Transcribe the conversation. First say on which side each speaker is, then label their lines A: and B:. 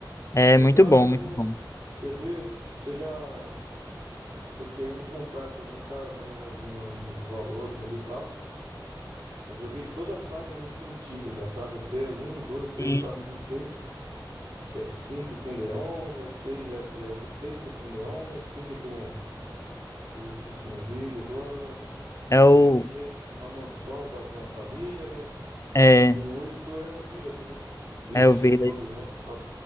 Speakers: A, on the left; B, on the right.
A: É
B: No
A: muito
B: caso,
A: bom, muito bom.
B: quer ver? Você já. Eu tô querendo comprar também, tava dando uma olhadinha no- nos valores ali e tal. Eu joguei toda a saga Resident Evil já, sabe? Até um, 2, três,
A: Sim.
B: 4, 5, 6. O 7, 5 é com o Leon, né? O 6 é, é o 6 que é com o Leon, né? O 5 é com. Eu esqueci o nome dele agora.
A: É
B: O 7
A: o.
B: é na mansão da, de uma família, né?
A: É,
B: E o 8 é o Village, né? O Village
A: é o Village.
B: que é de lobisomens e tal.